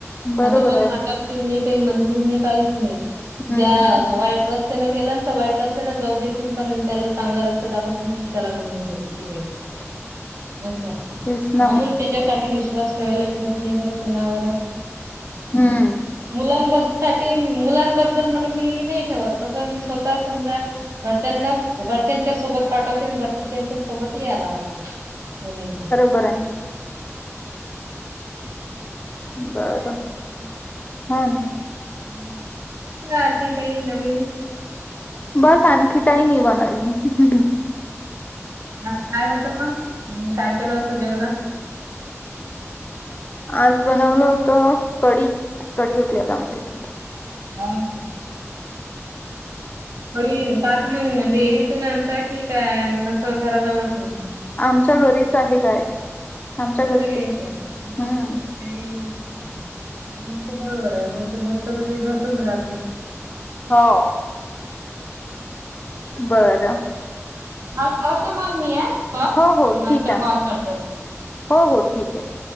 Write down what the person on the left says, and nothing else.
बरोबर
आहे
हम्म
हम्म
<unintelligible>
तेच
ना मग
हम्म
बरं हाय.
बरं हो ना
बस आणखी काही नाही बनवल.
आज बनवलं होतं. कढी. कढी होती आज आमच्या इथं.
आमच्या घरीच आहे गाय.
आमच्या घरीच
असते
हम्म.
हो बरं.
हो हो
ठीक आहे
हो हो ठीक आहे..